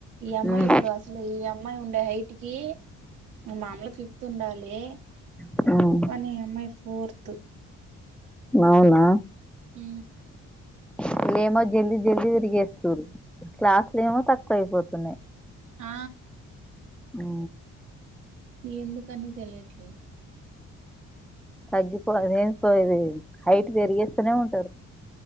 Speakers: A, on the right (about 80°); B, in the centre.
A: ఈ అమ్మాయి
B: ఉమ్
A: ఇప్పుడు అసలు ఈ అమ్మాయి ఉండే హైట్ కి మామలు ఫిఫ్త్ ఉ ఉండాలి
B: ఉమ్
A: కానీ అమ్మాయి ఫోర్త్
B: అవునా
A: ఉ
B: వీళ్లేమో జల్దీ జల్దీ విరిగేస్తారు క్లాసులు ఏమో తక్కువ అయిపోతున్నాయి
A: ఆ
B: ఓ
A: ఎందుకని తెలియట్లేదు
B: తగ్గిపో అది ఏం పోది హైట్ పెరిగిస్తూనే ఉంటారు